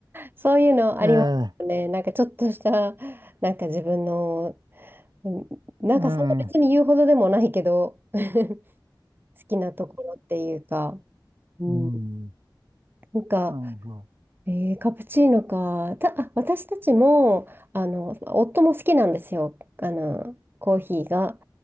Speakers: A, on the right; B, on the right.
A: そういうのありますね。
B: ええ、ええ、
A: なんかちょっとした、なんか自分の、うんなんかそんな別に言うほどでもないけど、
B: うん、
A: <laughs> 好きなところっていうか。うん
B: うん、
A: なんか、
B: なんか、
A: えーカプチーノか。た、あ、私たちも、あの、夫も好きなんですよ。あの、コーヒーが。